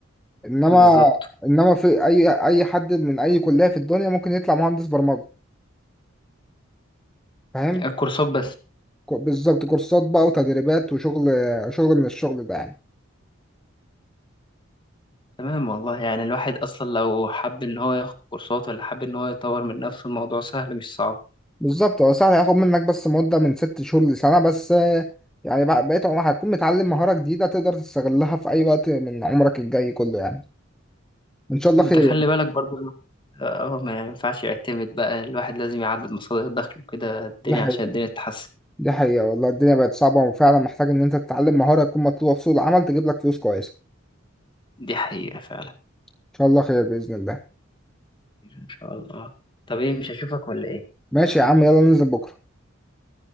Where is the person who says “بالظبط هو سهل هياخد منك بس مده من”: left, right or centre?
Centre